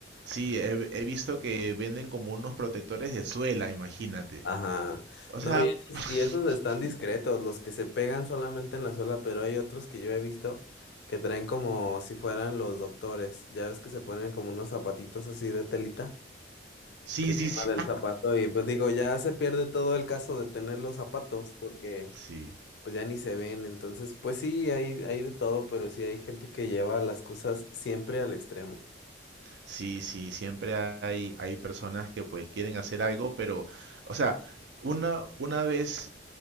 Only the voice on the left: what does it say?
Ajá.
No,
y esos,
y esos están discretos, los que se pegan solamente en la suela, pero hay otros que yo he visto que traen como si fueran los doctores. Ya ves que se ponen como unos zapatitos así de telita
encima
del zapato y pues digo, ya se pierde todo el caso de tener los zapatos porque
pues ya ni se ven. Entonces, pues sí, hay, hay de todo, pero sí hay gente que lleva las cosas siempre al extremo.